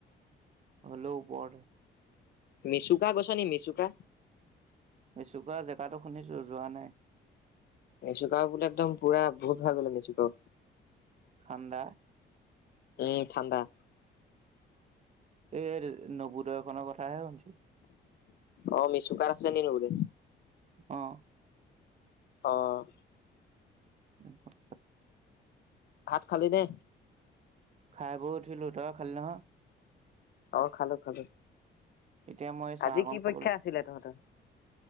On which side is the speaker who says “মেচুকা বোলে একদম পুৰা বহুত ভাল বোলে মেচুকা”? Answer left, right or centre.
Left